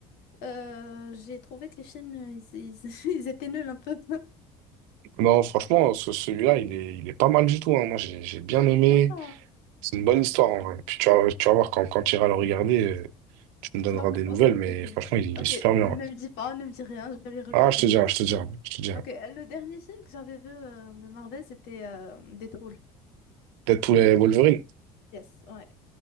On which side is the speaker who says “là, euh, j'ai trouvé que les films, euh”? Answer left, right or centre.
Left